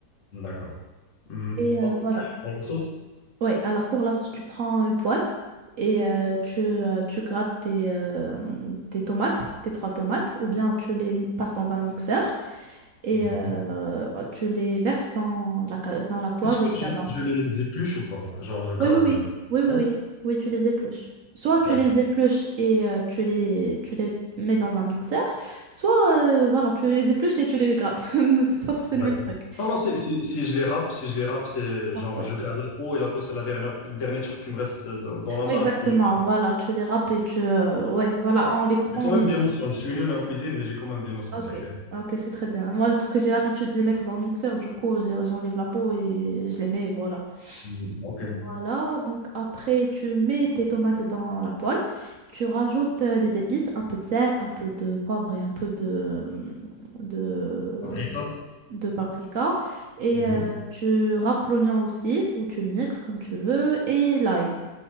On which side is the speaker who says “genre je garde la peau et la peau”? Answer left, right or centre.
Left